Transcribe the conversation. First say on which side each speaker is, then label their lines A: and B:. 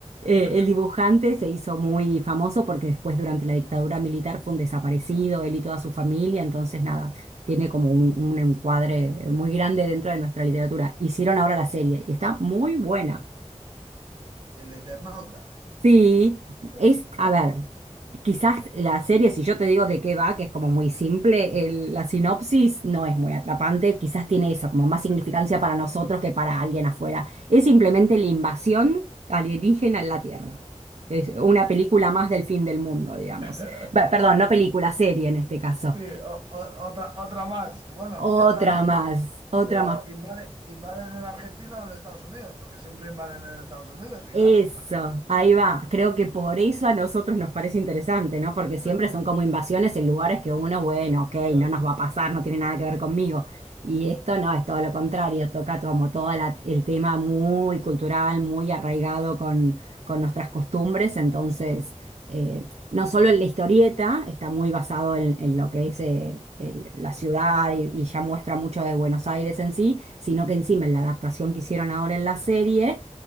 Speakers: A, on the right (about 65°); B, on the right (about 45°).
A: Eh,
B: <laughs>
A: el dibujante se hizo muy famoso porque después durante la dictadura militar fue un desaparecido,
B: Eh,
A: él y toda su familia,
B: Oh,
A: entonces nada,
B: eh,
A: tiene como un, un encuadre muy grande
B: eh,
A: dentro de nuestra literatura. Hicieron ahora la serie y está muy
B: eh.
A: buena.
B: El Eternauta,
A: Sí,
B: pues
A: es,
B: me...
A: a ver, quizás la serie, si yo te digo de qué va, que es como muy simple, el- la sinopsis no es muy atrapante, quizás tiene eso, como más significancia
B: <laughs>
A: para nosotros que para alguien afuera. Es simplemente
B: Sí.
A: la invasión alienígena
B: <laughs>
A: en la Tierra. Es una película más del fin del mundo, digamos.
B: <laughs>
A: Va, perdón, no película, serie en este caso.
B: Sí, o- o- otra, otra más. Bueno,
A: Otra
B: esta vez que...
A: más, otra
B: Pero
A: más.
B: invade, invaden en Argentina o en Estados Unidos, porque siempre invaden en Estados Unidos, y
A: Eso,
B: claro.
A: ahí va. Creo que por eso a nosotros nos parece interesante, ¿no? Porque siempre
B: <laughs>
A: son como invasiones en lugares que uno, bueno, ok,
B: Claro.
A: no nos va a pasar, no tiene nada que ver conmigo. Y esto no, es todo lo contrario, toca como todo la- el tema muy cultural, muy arraigado con, con nuestras costumbres. Entonces, eh, no solo en la historieta, está muy basado en, en lo que es eh, el- la ciudad y, y ya muestra mucho de Buenos Aires en sí, sino que encima en la adaptación que hicieron ahora en la serie